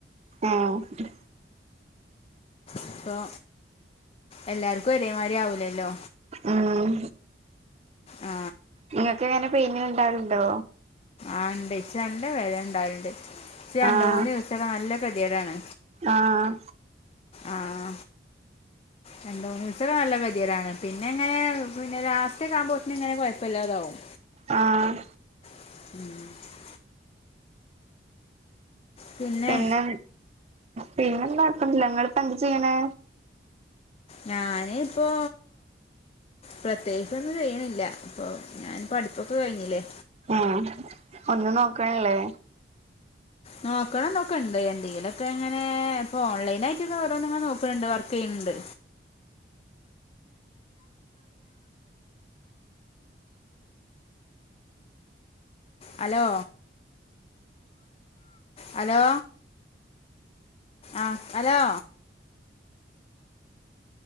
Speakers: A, on the right; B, on the left.
A: ആഹ്
B: അപ്പൊ എല്ലാർക്കും ഒരേമാതിരി ആവൂലല്ലോ
A: ഉം
B: ആ
A: നിങ്ങൾക്ക് എങ്ങനെ പെയിൻ ഉണ്ടാവലുണ്ടോ
B: ആഹ ഉണ്ട് ഇച്ച് നല്ല വേദന ഇണ്ടാവലുണ്ട് ഇച് രണ്ട്
A: ആഹ്
B: മൂന്ന് ദിവസൊക്കെ നല്ല കതിയേടാണ്
A: ആഹ്
B: ആഹ രണ്ട് മൂന്ന് ദിവസം നല്ല കെതിയേടാണ് പിന്നെ ങ്ങനെ പിന്നെ ലാസ്റ്റോക്കെ ആകുമ്പോത്തിന് ഇങ്ങനെ കുഴപ്പമില്ലാതാവും
A: ആഹ
B: <inaudible> പിന്നെ
A: പിന്നെ പിന്നെപ്പില്ല <unintelligible> നിങ്ങളിപ്പം എന്താ ചെയ്യ്ണേ
B: ഞാന് ഇപ്പൊ പ്രത്യേകിച്ചൊന്നും ചെയ്യണില്ല ഇപ്പൊ ഞാൻ പഠിപ്പൊക്കെ കഴിഞ്ഞില്ലേ
A: ആഹ് ഒന്നും നോക്കണല്ലേ
B: നോക്കണം നോക്കണ്ട് എന്തെങ്കിലുമൊക്കെ ഇങ്ങനെ ഇപ്പൊ ഓൺലൈൻ ആയിട്ടൊക്കെ ഓരോെ നോക്കണണ്ട് വർക്ക് ചെയ്യണണ്ട് ഹലോ ഹലോ ആഹ് ഹലോ